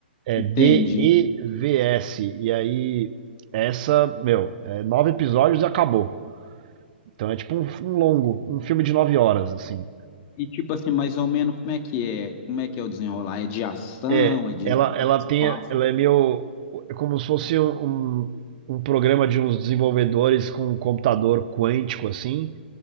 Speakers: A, on the right (about 50°); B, on the left (about 35°).
A: é
B: Entendi.
A: D-E-V-S. E V S. E aí, essa, meu, é nove episódios e acabou. Então é tipo um, um longo, um filme de nove horas, assim.
B: E tipo assim, mais ou menos como é que é? Como é que é o desenrolar? É de ação?
A: É,
B: É de
A: ela, ela
B: espaço?
A: tem, ela é meio, é como se fosse um, um, um programa de uns desenvolvedores com um computador quântico, assim,